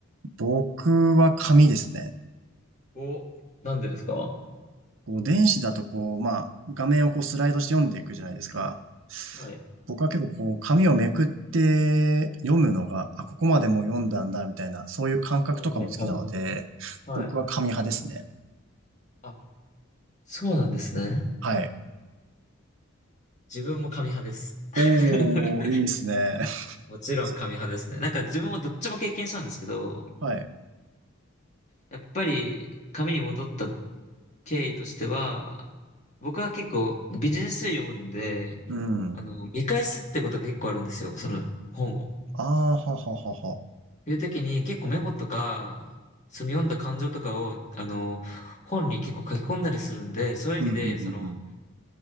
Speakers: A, on the right; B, on the left.
A: 僕は紙ですね。
B: お、なんでですか
A: こう電子だとこう、まあ、画面をこうスライドして読んでいくじゃないですか。
B: はい。
A: 僕は結構こう、紙をめくって読むのが、あ、ここまでもう読んだんだ、みたいな、そういう感覚とかも好きなので、
B: はいはいはい。はい。
A: 僕は紙派ですね。
B: あ、そうなんですね。
A: はい。
B: 自分も紙派です。<laughs>
A: おー、いいですね。<laughs>
B: もちろん紙派ですね。なんか自分もどっちも経験したんですけど、
A: はい。
B: やっぱり紙に戻った経緯としては、僕は結構ビジネス書読むんで、
A: うん。
B: あの、見返すってことが結構あるんですよ、その本を。っ
A: ああ、はははは。
B: ていう時に結構メモとか、その読んだ感情とかを、あの、本に結構書き込んだりするんで、そういう意味で、
A: うん、うん、うん、
B: その、
A: うん。